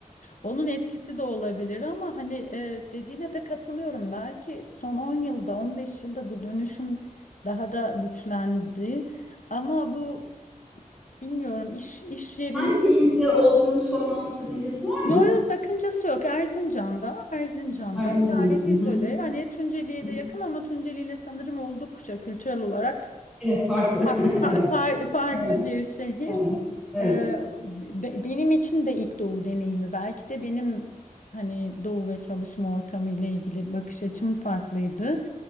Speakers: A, on the left; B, in the centre.
A: onun etkisi de olabilir ama hani e, dediğine de katılıyorum. Belki son 10 yılda, 15 yılda bu dönüşüm daha da güçlendi. Ama bu bilmiyorum iş iş yerinde.
B: Hangi ilde olduğunu sormama sakıncası var mı?
A: Yo yo sakıncası yok. Erzincan'da, Erzincan'da
B: Ardınca anlasın.
A: gayet izole.
B: Hı hı.
A: Hani Tunceli'ye
B: Hı hı.
A: de yakın ama Tunceli'yle sanırım oldukça kültürel olarak
B: Evet farklı.
A: fa-
B: <laughs> Evet.
A: fa- fa- farklı
B: Evet.
A: bir şehir.
B: Evet. Evet.
A: Ee, be- benim için de ilk doğu deneyimi belki de benim hani doğu ve çalışma ortamı ile ilgili bakış açım farklıydı.